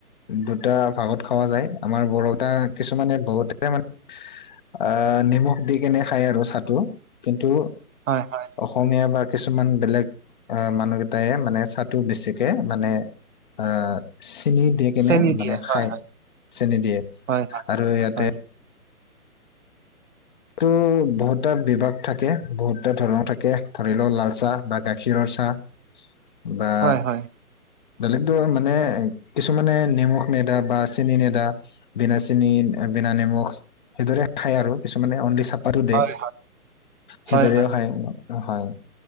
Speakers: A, on the left; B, on the right.
A: দুটা ভাগত খোৱা যায়। আমাৰ বৰ'টা কিছুমানে বহুতে মানে আ নিমখ দি কেনে খায় আৰু চাহটো। কিন্তু
B: হয়, হয়।
A: অসমীয়া বা কিছুমান বেলেগ আ মানুহ কেইটাই মানে চাহটো বেছি কে মানে আ চিনি দি কেনে
B: চেনি
A: মানে
B: দিয়ে হয়
A: খায়
B: হয়
A: চেনি দিয়ে
B: হয় হয়
A: আৰু ইয়াতে
B: হয়
A: টো বহুতটা বিভাগ থাকে, বহুতটা ধৰণৰ থাকে। ধৰি লও লাল চাহ বা গাখীৰৰ চাহ। বা
B: হয় হয়
A: বেলেগ ধৰ মানে কিছুমানে নিমখ নেদা বা চেনি নেদা বিনা চেনি, বিনা নিমখ সেইদৰে খায় আৰু। কিছুমানে অনলি চা পাতো দে
B: হয়
A: সেইদৰেও
B: হয় হয়
A: খায়। হয়